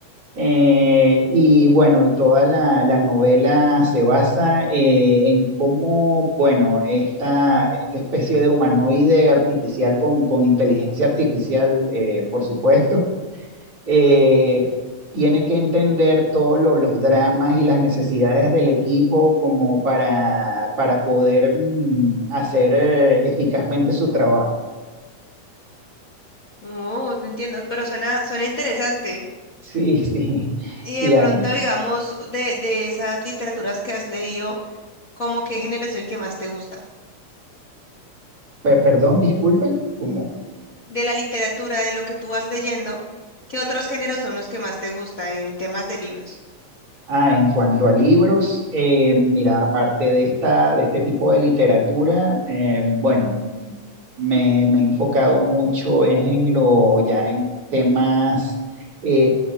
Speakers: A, on the right (about 55°); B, on the left (about 40°).
A: eh, y bueno, y toda la, la novela se basa eh, en cómo, bueno, esta, esta especie de humanoide artificial con, con inteligencia artificial, eh, por supuesto, eh, tiene que entender todos lo- los dramas y las necesidades del equipo como para, para poder mm, hacer eh, eficazmente su trabajo.
B: Oh, no entiendo, pero suena, suena interesante.
A: Sí, <laughs> sí,
B: Y
A: sí,
B: de pronto,
A: a mí.
B: digamos, de, de esas literaturas que has leído, ¿cómo qué género es el que más te gusta?
A: Pe- perdón, disculpe, como,
B: de la literatura, de lo que tú vas leyendo, ¿qué otros géneros son los que más te gustan en temas de libros?
A: ah, en cuanto a libros, eh, mira, aparte de esta, de este tipo de literatura, eh, bueno, me, me he enfocado mucho es en lo, ya en temas eh,